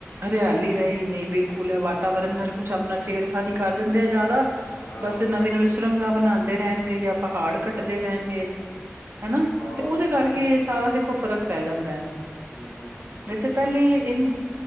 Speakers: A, on the right (about 55°); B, on the left (about 85°).
A: ਹਰਿਆਲੀ ਰਈ ਨੀ ਬਿਲਕੁਲ, ਏ ਵਾਤਾਵਰਨ ਨਾਲ ਕੁਛ ਆਪਣਾ ਛੇੜ ਖਾਨੀ ਕਰ ਦਿੰਦੇ ਆ ਜ਼ਿਆਦਾ
B: ਹਾਂ
A: ਬਸ ਨਵੀਂ-ਨਵੀਂ ਸੁਰੰਗਾ ਬਣਾਦੇ ਰਹਿਣਗੇ ਜਾਂ ਪਹਾੜ ਕੱਟਦੇ ਰਹਿਣਗੇ ਹਨਾ
B: ਹਾਂ
A: ਤੇ ਉਹਦੇ ਕਰਕੇ ਕਿ ਸਾਰਾ ਦੇਖੋ ਫ਼ਰਕ ਪੈ ਜਾਂਦਾ ਹੈ
B: ਹੂੰ
A: ਨੀ ਤਾਂ ਪਹਿਲੇ ਇਹ ਕੀ